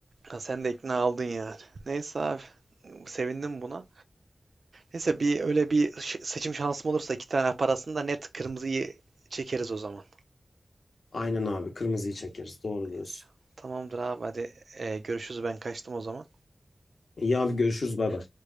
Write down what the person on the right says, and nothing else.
Ha, sen de ikna oldun yani. Neyse abi sevindim buna. Neyse bir öyle bir ş- seçim şansım olursa iki tane parasını da net kırmızıyı çekeriz o zaman.
Neyse. Tamamdır abi hadi e, görüşürüz ben kaçtım o zaman.